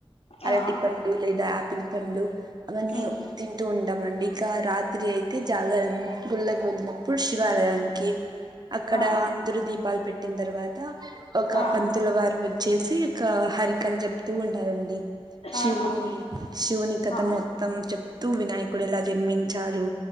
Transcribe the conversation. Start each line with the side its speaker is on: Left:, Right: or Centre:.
Right: అరటి
Left: ఆ
Right: పండు లేద ఆపిల్ పండు అవన్నీ
Left: ఉమ్
Right: తింటు ఉంటామండి ఇక రాత్రి అయితే జాగరం గుళ్ళకు వందినప్పుడు శివాలయానికి అక్కడ
Left: ఆ
Right: అందరు దీపాలు పెట్టిన తర్వాత ఒక
Left: ఆ
Right: పంతుల వారు వ వచ్చేసి ఒక హరికథ చెప్తూ ఉంటా శివుని
Left: ఆహా
Right: శివుని కథ
Left: ఆ
Right: మొత్తం చెప్తూ వినాయకుడు ఎలా జన్మించారు